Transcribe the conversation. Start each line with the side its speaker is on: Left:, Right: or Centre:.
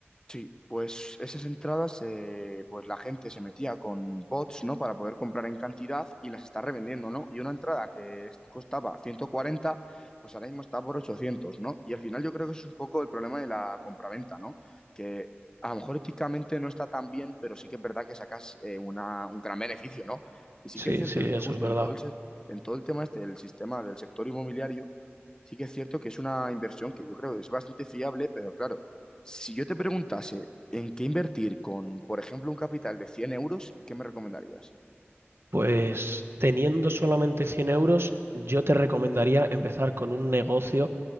Left: Sí, pues esas entradas, eh, pues la gente se metía con bots, ¿no? Para poder comprar en cantidad y las está revendiendo, ¿no? Y una entrada que es- costaba 140, pues ahora mismo está por 800, ¿no? Y al final yo creo que eso es un poco el problema de la compraventa, ¿no? Que a lo mejor éticamente no está tan bien, pero sí que es verdad que sacas eh, una- un gran beneficio, ¿no? Y sí
Right: Sí,
Left: que es cierto
Right: sí, eso
Left: que justo
Right: es verdad.
Left: en todo el, sec- en todo el tema este del sistema del sector inmobiliario, sí que es cierto que es una inversión que yo creo que es bastante fiable, pero claro si yo te preguntase en qué invertir con, por ejemplo, un capital de 100 euros, ¿qué me recomendarías?
Right: Pues teniendo solamente 100 euros, yo te recomendaría empezar con un negocio